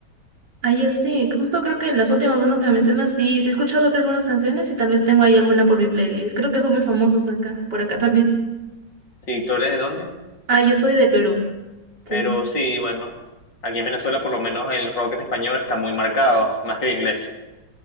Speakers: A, on the right (about 65°); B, on the left (about 75°).
A: Ah, ya sí, justo creo que las últimas bandas que me mencionas, sí, sí he escuchado creo algunas canciones y tal vez tengo ahí alguna por mi playlist. Creo que son muy famosos acá, por acá también.
B: si tú eres de dónde,
A: Ah, yo soy de Perú, sí.
B: pero sí, bueno, aquí en Venezuela por lo menos el rock en español está muy marcado, más que el inglés.